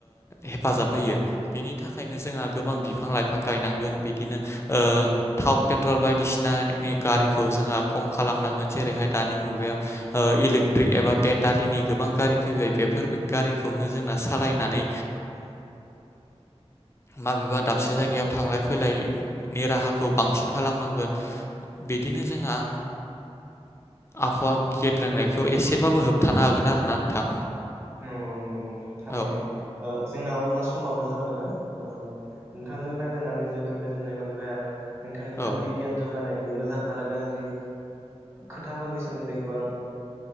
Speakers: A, on the left; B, on the right.
A: हेफाजाब होयो बेनि थाखायनो जोंहा गोबां बिफां लाइफां गायनानै बिनो थाव पेट्रल बायदिसिनानि गारिखौ जोंहा खम खालामनांगोन जेरैहाय दानि मुगायाव इलेकट्रिक एबा बेटारिनि गोबां गारि फैबाय बेफोर गारिखौनो जोंना सालायनानै माबेबा दाब खसे जायगायाव
B: औ
A: थांलाय फैलाय नि राहाखौ बांसिन खालामनांगोन बिदिनो जोंहा आबहावा गेबेंनायखौ एसेबाबो होबथानो हागोन आरोोना नोंथां
B: नंगौ नंगौ नोंथां थारैनो
A: औ
B: जोंना अब्ला समाबो जाबायमोन नोंथांजों रायलायनानै जोबोर गोजोननाय मोनबाय आरो नोंथांनिफ्राय
A: औ
B: बिगियान जौग जौगानायनि मोजां आरो गाज्रि खोथाफोरनि सोमोन्दै गोबां